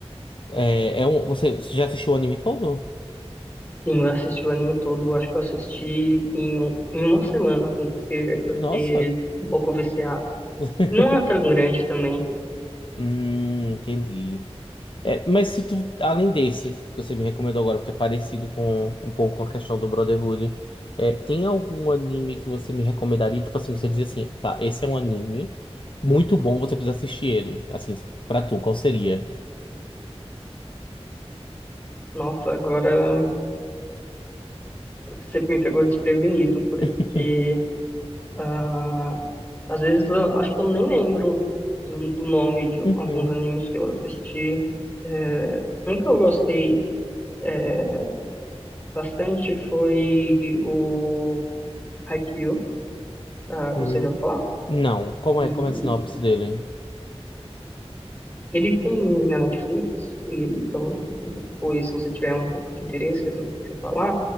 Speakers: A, on the left; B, on the left.
A: É, é um, você, você já assistiu o anime todo?
B: Sim, eu assisti o anime todo, eu acho que eu assisti em, um- em uma semana, assim, porque eu
A: Nossa.
B: fiquei um pouco viciado.
A: <laughs>
B: Não é tão grande também.
A: Hum, entendi. É, mas se tu, além desse, que você me recomendou agora, porque é parecido com um pouco com a questão do Brotherhood, é, tem algum anime que você me recomendaria? Tipo assim, você diz assim, tá, esse é um anime muito bom, você precisa assistir ele. Assim, pra tu, qual seria?
B: Nossa, agora você me pegou desprevenido, porque
A: <laughs>
B: ah, às vezes eu acho que eu nem lembro do, do nome de alguns
A: Uhum,
B: animes que eu assisti. É, um que eu gostei é, bastante foi o Haikyuu. Ah, você
A: uhum.
B: já ouviu falar?
A: Não, como
B: E
A: é, como é a sinopse dele?
B: Ele tem na Netflix, e- então depois, se você tiver um pouco de interesse, depois do que eu falar,